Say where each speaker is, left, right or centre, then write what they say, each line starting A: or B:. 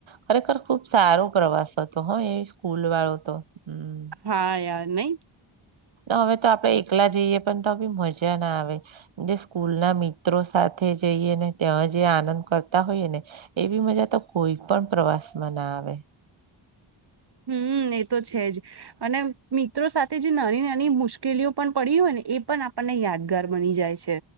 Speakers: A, on the right; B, on the right.
A: ખરેખર ખુબ સારો પ્રવાસ હતો હ એ સ્કૂલ વાળો તો હમ.
B: હા યાર નહી?
A: હવે તો આપડે એકલા જઈએ પણ તો બી મજા ના આવે જે સ્કૂલ ના મિત્રો સાથે જઈએ ને ત્યાં જે આનંદ કરતા હોઈએ ને એવી મજા તો કોઈ પણ પ્રવાસમાં ના આવે.
B: હમ એ તો છે જ અને મિત્રો સાથે જે નાની નાની મુશ્કેલીઓ પણ પડી હોય ને એ પણ આપણને યાદ ઘર બની જાય છે